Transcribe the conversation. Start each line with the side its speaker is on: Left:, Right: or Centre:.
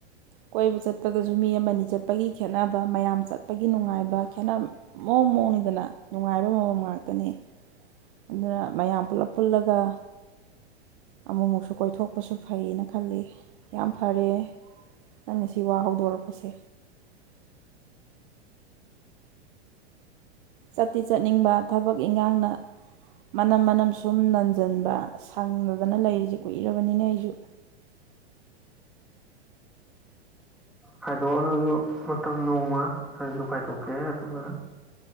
Right: ꯀꯣꯏꯕ ꯆꯠꯄꯗꯁꯨ ꯃꯤ ꯑꯃꯅꯤ ꯆꯠꯄꯒꯤ ꯈꯦꯠꯅꯕ ꯃꯌꯥꯝ ꯆꯠꯄꯒꯤ ꯅꯨꯡꯉꯥꯏꯕ ꯈꯦꯠꯅ ꯃꯑꯣꯡ ꯃꯑꯣꯡꯅꯤꯗꯅ ꯅꯨꯡꯉꯥꯏꯕ ꯃꯑꯣꯡ ꯉꯥꯛꯇꯅꯤ ꯑꯗꯨꯅ ꯃꯌꯥꯝ ꯄꯨꯜꯂꯞ ꯄꯨꯜꯂꯒ ꯑꯃꯨꯛꯃꯨꯛꯁꯨ ꯀꯣꯏꯊꯣꯛꯄꯁꯨ ꯐꯩꯌꯦꯅ ꯈꯜꯂꯤ ꯌꯥꯝ ꯐꯔꯦ ꯅꯪꯅ ꯁꯤ ꯋꯥ ꯍꯧꯗꯣꯔꯛꯄꯁꯦ ꯆꯠꯇꯤ ꯆꯠꯅꯤꯡꯕ ꯊꯕꯛ ꯏꯟꯈꯥꯡꯅ ꯃꯅꯝ ꯃꯅꯝ ꯁꯨꯝ ꯅꯟꯁꯤꯟꯕ ꯁꯪꯗꯗꯅ ꯂꯩꯔꯤꯁꯦ ꯀꯨꯏꯔꯕꯅꯤꯅ ꯑꯩꯁꯨ
Centre: ꯈꯥꯏꯗꯣꯛꯑꯅꯁꯨ ꯃꯇꯝ ꯅꯣꯡꯃ ꯑꯩꯁꯨ ꯈꯥꯏꯗꯣꯛꯀꯦ ꯑꯗꯨꯒ